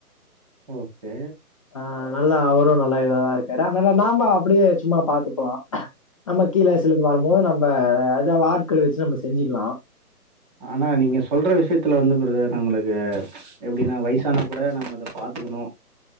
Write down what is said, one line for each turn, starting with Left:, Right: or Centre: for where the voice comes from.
Right: ஓ கே
Left: ஆ நல்லா அவரூ நல்லா இதாதா இருக்காரு அத்னால நாம அப்டியே சும்மா பாத்துப்போலா நம்ம கீல சிலது வரும் போது நம்ப ஏதா ஆட்கள வச்சு நம்ம செஞ்சுக்கலா
Right: ஆனா நீங்க சொல்ற விஷயத்துல வந்து பிரதர் நம்மளுக்கு எப்டின்னா வயசானா கூட நம்ம அத பாத்துக்கணூ